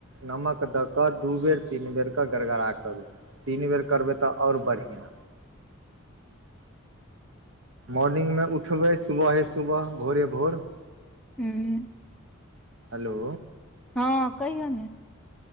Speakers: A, on the right (about 65°); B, in the centre.
A: नमक दऽ कऽ दू बेर तीन बेरके गड़गड़ा करू तीन बेर करबै तऽ आओर बढ़िआँ मॉर्निंग उठबै सुबहे सुबहे भोरे भोर
B: हूँ
A: हेलो
B: हँ कहियौ ने